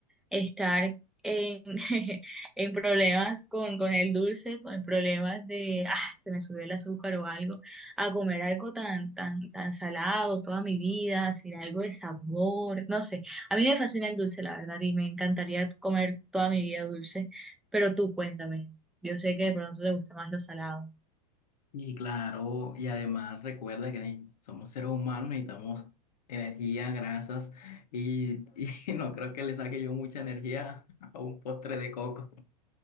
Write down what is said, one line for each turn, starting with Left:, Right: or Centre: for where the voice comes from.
Centre: estar en, <laughs> en problemas con, con el dulce, con problemas de, ah, se me subió el azúcar o algo, a comer algo tan, tan, tan salado toda mi vida, sin algo de sabor, no sé. A mí me fascina el dulce, la verdad, y me encantaría comer toda mi vida dulce, pero tú cuéntame. Yo sé que de pronto te gusta más lo salado.
Left: Y claro, y además recuerda que ne- somos seres humanos, necesitamos energía, grasas, y, y <laughs> no creo que le saque yo mucha energía a un postre de coco.